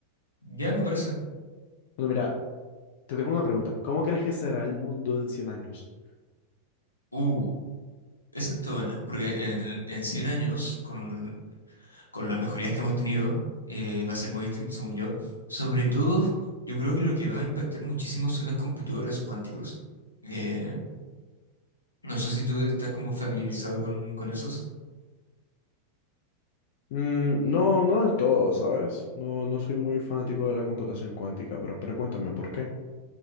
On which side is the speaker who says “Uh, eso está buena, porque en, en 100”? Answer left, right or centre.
Left